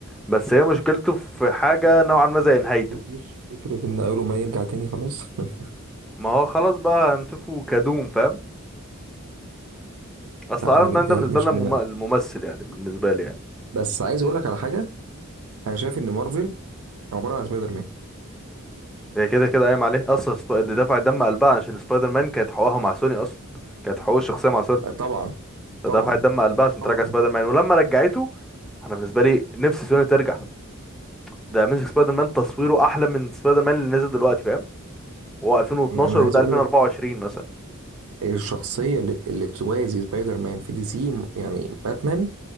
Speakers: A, in the centre; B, on the right.
A: بس هي مشكلته في حاجة نوعا ما زي نهايته
B: مفيش فكرة إن أول ما يرجع تاني خلاص <laughs>
A: ما هو خلاص بقى هنشوفه كدوم فاهم اصل
B: لا
A: ايرون
B: أنا متضايق
A: مان ده بالنسبة
B: مش
A: لنا مم-
B: نمر
A: الممثل يعني بالنسبة لي يعني
B: بس عايز أقول لك على حاجة أنا شايف إن مارفل عبارة عن سبايدر مان
A: هي كده كده قايم عليه اصلا سب... دي دفعت دم قلبها عشان سبايدر مان كانت حقوقها مع سوني اصلا كانت حقوق الشخصية مع سوني
B: طبعا
A: فدفعت
B: طبعا
A: دم قلبها عشان
B: طبعا
A: ترجع سبايدر مان ولما رجعته انا بالنسبة لي نفسي سوني ترجع ده اميزنج سبايدر مان تصويره احلى من سبايدر مان اللي نزل دلوقتي فاهم هو 2012
B: أنا أنا عايز
A: وده
B: أقول
A: 2024
B: لك
A: مثلا
B: الشخصية اللي اللي توازي سبايدر مان في دي سي م- يعني باتمان